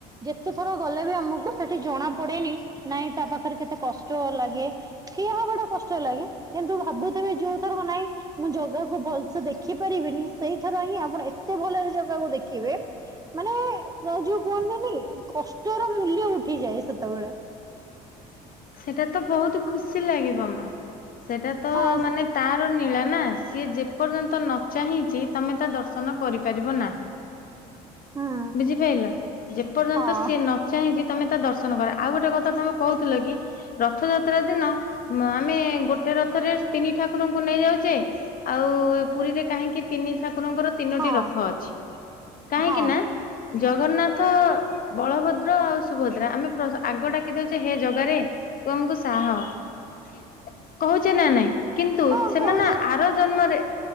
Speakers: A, on the right; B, on the left.
A: ଯେତେ ଥର ଗଲେ ବି ଆମକୁ ସେଠି ଜଣା ପଡେନି ନାଇଁ ତା ପାଖରେ କେତେ କଷ୍ଟ ଲାଗେ ଠିଆ ହବା ଟା କଷ୍ଟ ଲାଗେ କିନ୍ତୁ ଭାବୁଥିବେ ଯୋଉ ଥର ନାଇଁ ମୁଁ ଜଗାକୁ ଭଲସେ ଦେଖିପାରିବିନି ସେଇଥର ହିଁ ଆପଣ ଏତେ ଭଲରେ ଜାଗାକୁ ଦେଖିବେ ମାନେ। ଗ ଯୋଉ କୁହନ୍ତିନି କି କଷ୍ଟର ମୂଲ୍ୟ ଉଠିଯାଏ ସେତେବେଳେ।
B: ସେଟା ତ ବହୁତ ଖୁସି। ସି ଲାଗିବ ମା ସେଟା ତ
A: ହଁ
B: ମାନେ ତାର ନୀଳା ନା ସିଏ ଯେ ଯେ ପର୍ଯ୍ୟନ୍ତ ନ ଚାହିଁଚି ତମେ ତା ଦର୍ଶନ କରିପାରିବ ନାହିଁ।
A: ହୁଁ
B: ବୁଝିପାଇଲ ଯେପର୍ଯ୍ୟନ୍ତ
A: ହଁ
B: ସିଏ ନ ଚାହିଁଚି ତମେ ତ ଦର୍ଶନ କର ଆଉ ଗୋଟେ କଥା ତମେ କହୁଥିଲ କି? ରଥଯାତ୍ରା ଦିନ ଆମେ ଗୋଟେ ରଥରେ ତିନି ଠାକୁରଙ୍କୁ ନେଇ ଯାଉଛେ ଆଉ ପୁରୀରେ କାହିଁକି ତିନି ଠାକୁରଙ୍କର ତିନୋଟି
A: ହଁ
B: ରଥ ଅଛି କାହିଁକି
A: ହଁ
B: ନା ଜଗନ୍ନାଥ ବଳଭଦ୍ର ଆଉ ସୁଭଦ୍ରା ଆମେ ପ୍ର ଆଗ ଡାକିଦଉଛେ ହେ ଜଗାରେ ତୁ ଆମକୁ ସାହା ହଅ। ହ <inaudible> କହୁଛେ ନା ନାଇଁ? କିନ୍ତୁ
A: ହଁ
B: ସେମାନେ
A: କହୁଛେ
B: ଆର ଜନ୍ମରେ